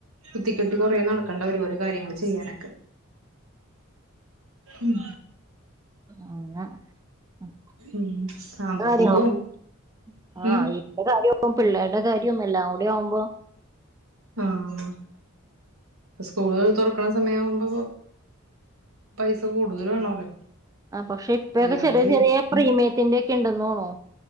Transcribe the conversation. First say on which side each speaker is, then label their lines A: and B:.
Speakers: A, on the right; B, on the right.
A: കുത്തിക്കെട്ടി കൊറേ നടക്കണ്ട വരും ഓരോ കാര്യങ്ങൾ ചെയ്യാനൊക്കെ ഉം
B: ആന <unintelligible>
A: ഉം സാമ്പത്തികവും
B: ആ
A: ഉം
B: ഇന്റെ കാര്യം പിള്ളേരുടെ കാര്യവും എല്ലാം കൂടെ ആവുമ്പോ
A: ആഹ്
B: ഉം
A: ഇപ്പ സ്കൂളുകൾ തുറക്കണ സമയം ആവുമ്പ പൈസ കൂടുതൽ വേണല്ലോ
B: ആ പക്ഷെ ഇപ്പൊക്കെ
A: എല്ലാം
B: ചെറിയ
A: കൂടി
B: ചെറിയ പ്രീമിയത്തിന്റെ ഒക്കെ ഉണ്ടന്ന്തോന്നുണു